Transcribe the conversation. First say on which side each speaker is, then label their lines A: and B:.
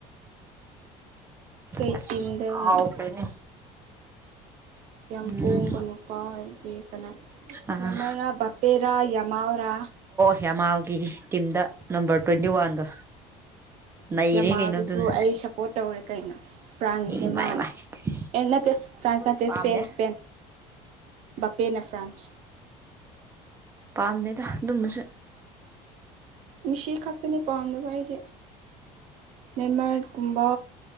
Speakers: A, on the right; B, on the right.
A: ꯀꯩꯇꯤꯗꯦꯅꯣ
B: ꯑꯁ ꯀꯥꯎꯈ꯭ꯔꯦꯅꯦ
A: ꯌꯥꯝ
B: ꯎꯝ
A: ꯄꯣꯕ ꯅꯨꯄꯥ ꯍꯥꯏꯗꯤ <unintelligible>
B: ꯑꯥ
A: ꯅꯃꯔꯥ ꯕꯄꯦꯔꯥ ꯌꯥꯃꯥꯜ ꯇꯔꯥ
B: ꯐꯦꯃꯥꯜꯒꯤ ꯇꯤꯝꯗ ꯅꯝꯕꯔ ꯇ꯭ꯋꯦꯟꯇꯤ ꯋꯥꯟꯗꯣ ꯅꯩꯔꯦ
A: ꯌꯥꯝꯃꯥꯗꯨꯁꯨ
B: ꯀꯩꯅꯣꯗꯨꯅ
A: ꯑꯩ ꯁꯞꯄꯣꯔꯠ ꯇꯧꯔꯦ ꯀꯩꯅꯣ ꯐ꯭ꯔꯥꯟꯁꯅꯦ
B: ꯏꯃꯥꯏ
A: ꯃꯥꯅ
B: ꯃꯥꯏ
A: ꯑꯦ ꯅꯠꯇꯦ
B: ꯑꯁ ꯑꯗꯨꯁꯨ
A: ꯐ꯭ꯔꯥꯟꯁ ꯅꯠꯇꯦ
B: ꯄꯥꯝꯗꯦ
A: ꯏꯁꯄꯦꯟ ꯏꯁꯄꯦꯟ ꯄꯦꯟꯅ ꯐ꯭ꯔꯥꯟꯁ
B: ꯄꯥꯝꯗꯦꯗ ꯑꯗꯨꯃꯁꯨ
A: ꯃꯤꯁꯤ ꯈꯛꯇꯅꯤ ꯄꯥꯝꯗꯕ ꯑꯩꯁꯦ ꯅ‌ꯦꯃꯔ ꯀꯨꯝꯕ